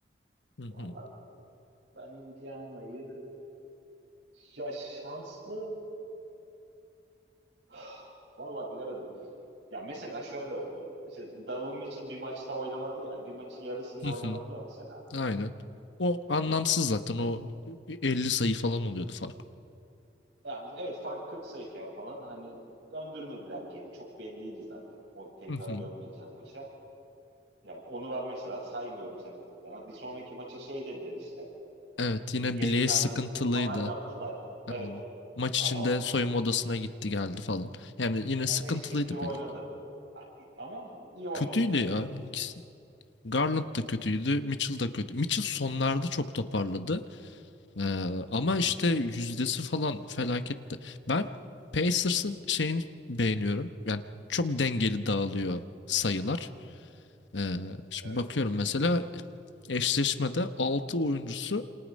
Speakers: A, on the left; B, on the right.
A: Hı hı.
B: Valla ben Indiana'yı ya şanslı <sighs> Valla bilemedim. Ya mesela şöyle oldu. İşte Donovan Mitchell bir maçta oynamadı ya. Bir maçın yarısında
A: Hı
B: oynamadı
A: hı.
B: ya mesela.
A: Aynen. O anlamsız zaten. O elli sayı falan oluyordu fark.
B: Yani evet fark 40 sayıken falan hani döndürmediler geri. Çok belliydi zaten. O tekrar
A: Hı hı.
B: dönmeyeceğim maça. Yani onu ben mesela saymıyorum sakatlıktan. Ha, bir sonraki maça şey dediler işte.
A: Evet
B: e,
A: yine
B: Game
A: bileği
B: time
A: sıkıntılıydı.
B: decision falan yaptılar. Evet.
A: Aynen. Maç
B: Ama
A: içinde soyunma odasına gitti geldi falan. Yani yine
B: ama
A: sıkıntılıydı
B: eşek gibi oynadı.
A: belli. ki.
B: Ha, Ama iyi oynadı
A: Kötüydü
B: yani.
A: ya ikisi. Garland da kötüydü. Mitchell da kötü. Mitchell sonlarda çok toparladı. Ee, ama
B: Ama
A: işte yüzdesi falan felaketti. Ben Pacers'ın şeyini beğeniyorum. Yani çok dengeli dağılıyor sayılar. Ee, şimdi
B: evet.
A: bakıyorum mesela eşleşmede 6 oyuncusu